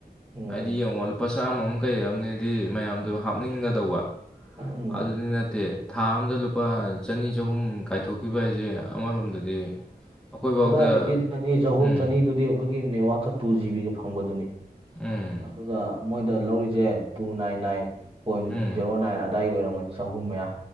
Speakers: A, on the right (about 35°); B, in the centre.
A: ꯎꯝ
B: ꯍꯥꯏꯗꯤ ꯌꯦꯡꯉꯣ ꯂꯨꯄꯥ ꯆꯥꯝꯃ ꯃ ꯀꯩ ꯑꯝꯅꯦꯗꯤ ꯃꯌꯥꯝꯗꯨ ꯍꯥꯞꯅꯤꯡꯒꯗꯧꯕ
A: ꯎꯝ
B: ꯑꯗꯨꯗꯤ ꯅꯠꯇꯦ ꯊꯥ ꯑꯃꯝꯗ ꯂꯨꯄꯥ ꯆꯅꯤ ꯆꯍꯨꯝ ꯀꯥꯏꯊꯣꯛꯈꯤꯕ ꯍꯥꯏꯖꯦ ꯑꯃꯔꯣꯝꯗꯗꯤ ꯑꯩꯈꯣꯏꯐꯥꯎꯗ
A: ꯀꯗꯥꯏꯗꯒꯤ ꯆꯅꯤ ꯆꯍꯨꯝ
B: ꯎꯝ
A: ꯆꯅꯤꯗꯨꯗꯤ ꯑꯩꯈꯣꯏꯒꯤ ꯅꯦꯠꯋꯥꯛꯀ ꯇꯨ ꯖꯤꯕꯤꯒ ꯐꯪꯕꯗꯨꯅꯤ
B: ꯎꯝ
A: ꯑꯗꯨꯒ ꯃꯣꯏꯗ ꯂꯧꯔꯤꯁꯦ two nine nine point
B: um
A: zero nine ꯑꯗꯥꯏꯒꯤ ꯑꯣꯏꯔꯝꯒꯅꯤ ꯆꯍꯨꯝ ꯃꯌꯥ